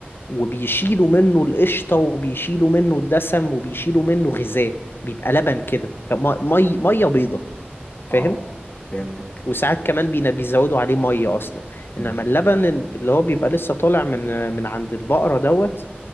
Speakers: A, on the left; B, on the left.
A: وبيشيلوا منه القشطة وبيشيلوا منه الدسم وبيشيلوا منه غذاء بيبقى لبن كده فمية مية بيضة فاهم
B: اه فهمتك
A: وساعات كمان بينا- بيزودوا عليه مية أصلا
B: مم.
A: إنما اللبن اللي هو بيبقى لسه طالع من من عند البقرة دوت